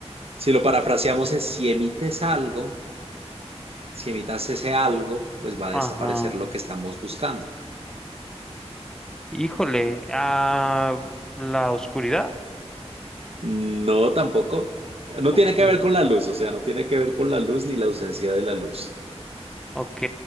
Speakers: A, on the right; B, in the centre.
A: Si lo parafraseamos es, si emites algo, si emitas ese algo, pues va a
B: Ajá.
A: desaparecer lo que estamos buscando.
B: Híjole, ah, ¿la oscuridad?
A: No, tampoco. No
B: Ok,
A: tiene que ver con la luz, o sea, no tiene que ver con la luz ni la ausencia de la luz.
B: ok.